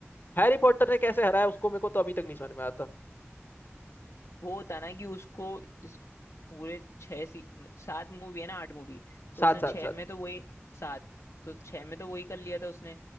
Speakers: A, on the left (about 45°); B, on the left (about 75°).
A: हैरी पॉटर ने कैसे हराया उसको मेरे को तो अभी तक नहीं समझ में आता
B: वो होता ना कि उसको इस पूरे छह सी सात मूवी है ना आठ मूवी तो
A: साथ
B: उसने
A: साथ
B: छह
A: साथ
B: में तो वही सात तो छह में तो वही कर लिया था उसने